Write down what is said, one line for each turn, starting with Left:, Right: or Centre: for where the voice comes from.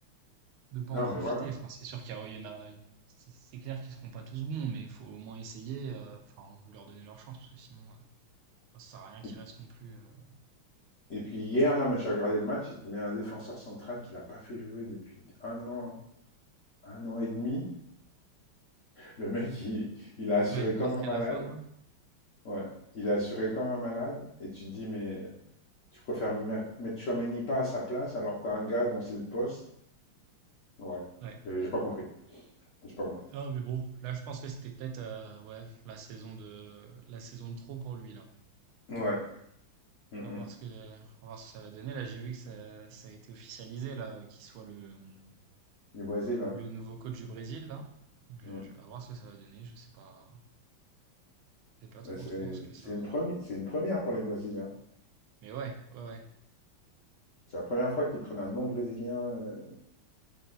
Right: De pas
Left: Non,
Right: en profiter.
Left: mais voilà.
Right: Enfin, c'est sûr qu'il y a il y en a il c'est c'est clair qu'ils seront pas tous bons, mais il faut au moins essayer, heu, enfin, on faut leur donner leur chance parce que sinon, heu, ça sert à rien qu'ils
Left: Et, puis
Right: restent non plus, heu
Left: et puis hier, là, moi, j'ai regardé le match, il te met un défenseur central qu'il n'a pas fait jouer depuis un an, un an et demi. Le mec, il, il a assuré
Right: ouais, une
Left: comme
Right: marque
Left: un
Right: à
Left: malade.
Right: la fin là.
Left: Ouais, il a assuré comme un malade. Et tu te dis, mais euh, tu préfères mer- mettre Tchouaméni pas à sa place alors que t'as un gars dont c'est le poste. Ouais,
Right: Ouais.
Left: Mais j'ai pas compris. J'ai pas compris.
Right: Ah mais bon, là je pense que c'était peut-être, heu, ouais, la saison de la saison de trop pour lui là.
Left: Ouais. Mm,
Right: À voir
Left: mm.
Right: ce que à voir ce que ça va donner. Là, j'ai vu que ça ça a été officialisé là, qu'il soit le, mmh,
Left: Du Brésil, ouais.
Right: le nouveau coach du Brésil là. Je
Left: Mm.
Right: je à voir ce que ça va donner. Je sais pas je sais pas trop,
Left: Mais c'est
Right: trop ce que ça
Left: c'est une
Right: va
Left: première, c'est une première pour les Brésiliens.
Right: mais ouais, ouais, ouais,
Left: C'est la première fois qu'ils prennent un nom brésilien. euh.